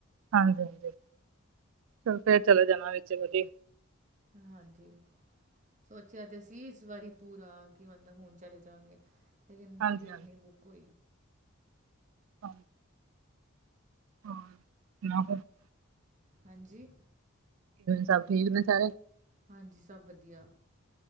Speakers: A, on the right; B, on the right.
A: ਹਾਂਜੀ ਹਾਂਜੀ ਚਲ ਫੇਰ ਚਲੇ ਜਾਣਾ ਵਿੱਚ ਵਧੀ
B: ਹਾਂਜੀ। ਸੋਚਿਆ ਤੇ ਅਸੀ ਇਸ ਵਾਰੀ ਪੂਰਾ ਕਿ ਮਤਲਬ ਹੁਣ ਚਲੇ ਜਾਵਗੇ। ਲੇਕਿਨ
A: ਹਾਂਜੀ
B: ਟਿਕਟ ਨਹੀਂ ਬੁੱਕ ਹੋ
A: ਹਾਂ ਹਾਂ
B: ਹਾਂਜੀ।
A: ਸਭ ਠੀਕ ਨੇ ਸਾਰੇ।
B: ਹਾਂਜੀ ਸਭ ਵਧੀਆ।